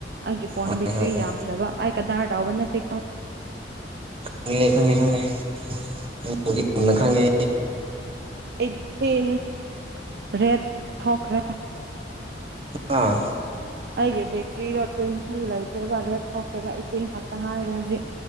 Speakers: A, on the right; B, on the right.
A: ꯑꯩꯒꯤ ꯐꯣꯟ
B: ꯍꯣꯏ
A: ꯕꯤꯛꯇ꯭ꯔꯤ
B: ꯍꯣꯏ ꯍꯣꯏ
A: ꯌꯥꯝꯗꯕ ꯑꯩ ꯀꯗꯥꯏ ꯇꯥꯎꯕ ꯅꯠꯇꯦ
B: ꯈꯪꯉꯦ ꯈꯪꯉꯦ ꯈꯪꯉꯦ ꯅꯪꯕꯨꯗꯤ ꯃꯨꯟꯅ ꯈꯪꯉꯦ
A: ꯏ ꯔꯦꯠ ꯊꯈ꯭ꯔ
B: ꯑꯥ
A: ꯑꯩꯒꯤ ꯕꯦꯠꯇ꯭ꯔꯤꯗꯣ ꯇ꯭ꯋꯦꯟꯇꯤ ꯂꯩ ꯔꯦ ꯊꯣꯛꯦꯕ ꯇꯤꯟ ꯐꯠꯇ ꯉꯥꯏꯔꯦ ꯍꯖꯤꯛ